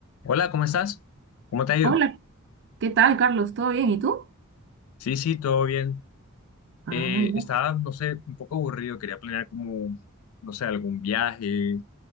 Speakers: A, on the left; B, on the right.
A: Hola, ¿cómo estás? ¿Cómo te ha ido?
B: Hola, ¿qué tal, Carlos? ¿Todo bien? ¿Y tú?
A: Sí, sí, todo bien.
B: Ah,
A: Eh,
B: ya,
A: estaba, no sé, un poco aburrido, quería planear como, no sé, algún viaje